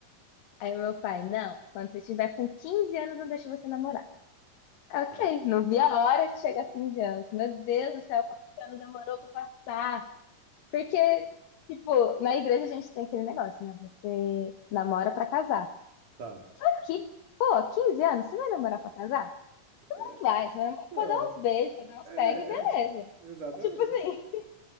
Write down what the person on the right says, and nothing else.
Tá,
tá.
É,
não,
é,
é, exatamente.